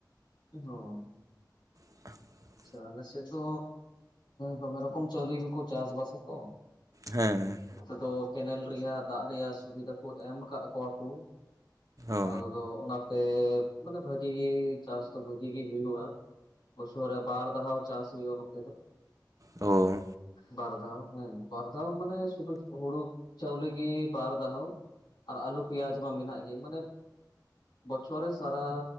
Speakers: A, on the left; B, on the right.
A: <unintelligible>
B: <inaudible>
A: ᱟᱪᱪᱷᱟ ᱟᱞᱮ ᱥᱮᱫ ᱫᱚ ᱫᱚᱢᱮ ᱨᱚᱠᱚᱢ ᱪᱟᱣᱞᱤ ᱜᱮᱠᱚ ᱪᱟᱥ ᱵᱟᱥ ᱟᱛᱚ
B: ᱦᱮᱸ
A: ᱱᱚᱛᱮ ᱫᱚ ᱠᱮᱱᱮᱞ ᱨᱮᱭᱟᱜ ᱫᱟᱜ ᱨᱮᱭᱟᱜ ᱥᱩᱵᱤᱫᱷᱟ ᱠᱚ ᱮᱢ ᱠᱟᱜ ᱠᱚᱣᱟ ᱠᱚ
B: ᱚ
A: ᱟᱫᱚ ᱚᱱᱟᱛᱮ ᱢᱟᱱᱮ ᱵᱷᱟᱜᱤ ᱪᱟᱥ ᱫᱚ ᱵᱷᱟᱜᱤ ᱜᱤ ᱦᱩᱭᱩᱜᱼᱟ᱾ ᱵᱚᱪᱚᱨ ᱨᱮ ᱵᱟᱨ ᱫᱷᱟᱣ ᱪᱟᱥ ᱦᱩᱭᱩᱜᱼᱟ ᱱᱚᱛᱮ ᱫᱚ
B: ᱚ
A: ᱵᱟᱨ ᱫᱷᱟᱣ ᱦᱮᱸ ᱵᱟᱨ ᱫᱷᱟᱣ ᱢᱟᱱᱮ ᱥᱩᱫᱷᱩ ᱦᱩᱲᱩ ᱪᱟᱣᱞᱤ ᱜᱤ ᱵᱟᱨ ᱫᱷᱟᱣ ᱟᱨ ᱟᱹᱞᱩ ᱯᱮᱭᱟᱡᱽ ᱢᱟ ᱢᱮᱱᱟᱜ ᱜᱤ ᱢᱟᱱᱮ ᱵᱚᱪᱷᱚᱨ ᱨᱮ ᱥᱟᱨᱟ